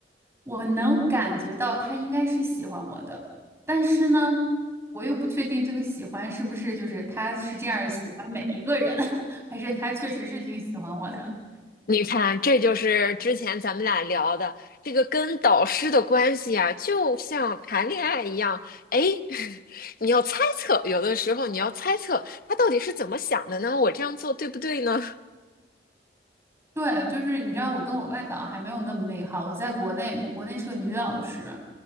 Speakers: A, on the right; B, on the left.
A: 我能感觉到他应该是喜欢我的，但是呢，我又不确定这个喜欢是不是就是他是这样儿喜欢每一个人，<laughs> 还是他确实是挺喜欢我的。<laughs>
B: 你看，这就是之前咱们俩聊的这个跟导师的关系啊，就像谈恋爱一样，哎，<laughs> 你要猜测，有的时候你要猜测他到底是怎么想的呢？我这样做对不对呢？
A: 对，就是你知道，我跟我外早还没有那么内耗，我在国内，我国内是个女老师，